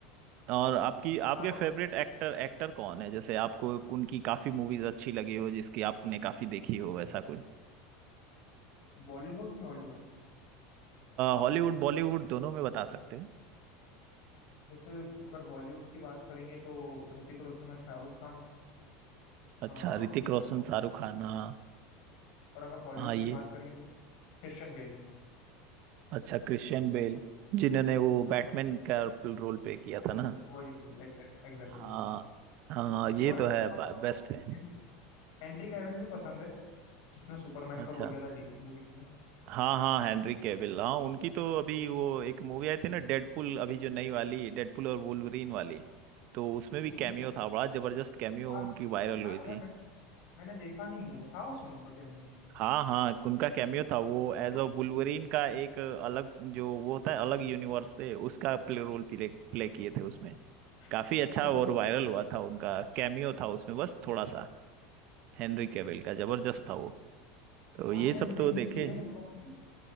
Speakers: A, on the right; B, on the left.
A: और आपकी आपके
B: मार्वल
A: फेवरेट एक्टर एक्टर कौन है जैसे आपको उनकी काफी मूवीज अच्छी लगी हो जिसकी आपने काफी देखी हो ऐसा कुछ
B: बॉलीवुड की हॉलीवुड
A: हॉलीवुड बॉलीवुड दोनों में बता सकते हैं
B: जैसे अगर बॉलीवुड की बात करेंगे तो ऋतिक रोशन और शाहरुख खान आ,
A: अच्छा ऋतिक रोशन
B: और,
A: शाहरुख खान हाँ
B: और अगर हॉलीवुड
A: हाँ ये
B: की बात करेंगे तो क्रिश्चियन बेल
A: अच्छा क्रिश्चियन बेल जिन्होंने वो
B: हाँ
A: बैटमैन का रोल प्ले किया
B: वो-
A: था ना
B: वही वही एग्जैक्टली
A: हाँ हाँ ये
B: और और-
A: तो है
B: और-
A: बेस्ट
B: और-
A: है
B: हेनरी हेनरी कैविल भी पसंद है जिसने सुपरमैन
A: अच्छा
B: का रोल किया था डीसी मूवीज में
A: हाँ हाँ हेनरी कैविल हाँ उनकी तो अभी वो एक मूवी आई थी ना डेडपुल अभी जो नई वाली डेडपुल और वुल्वरीन वाली तो उसमें भी
B: उसमें
A: कैमियो था बड़ा जबरदस्त कैमियो
B: था
A: उनकी वायरल
B: था
A: हुई
B: क्या
A: थी
B: मैं, मैंने देखा नहीं हूँ था उसमें उनका कैमियो
A: हाँ हाँ उनका कैमियो था वो एज अ वुल्वरीन का एक अलग जो वो होता है अलग यूनिवर्स से उसका प्ले रोल प्ले, प्ले किए थे उसमें काफी
B: अच्छा
A: अच्छा और वायरल हुआ था उनका कैमियो था उसमें बस थोड़ा सा हेनरी कैविल का जबरदस्त था वो तो
B: हाँ
A: ये
B: क्या
A: सब
B: है मैं देखनी
A: तो देखे
B: चाहिए क्या मुझे वो movie?